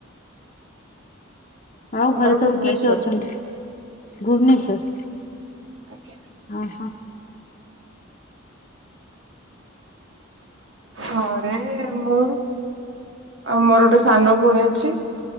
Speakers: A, on the left; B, on the right.
A: ଆଉ
B: ଆମର
A: ଘରେ ସବୁ
B: ଭୁବନେଶ୍ଵର
A: କିଏ କିଏ ଅଛନ୍ତି ଭୁବନେଶ୍ଵର।
B: ଆଜ୍ଞା।
A: ଅ ହଁ।
B: ଘରେ ମୁଁ। ଆଉ ମୋର ଗୋଟେ ସାନ ଭଉଣୀ ଅଛି।